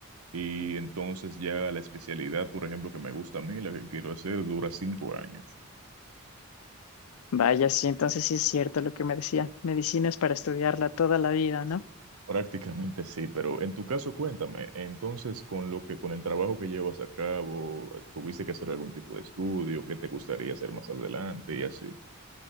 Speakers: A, on the right; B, on the left.
A: Y entonces ya la especialidad, por ejemplo, que me gusta a mí, la que quiero hacer, dura cinco años.
B: Vaya, sí, entonces sí es cierto lo que me decían. Medicina es para estudiarla toda la vida, ¿no?
A: Prácticamente sí, pero en tu caso cuéntame, entonces con lo que con el trabajo que llevas a cabo, ¿tuviste que hacer algún tipo de estudio? ¿Qué te gustaría hacer más adelante y así?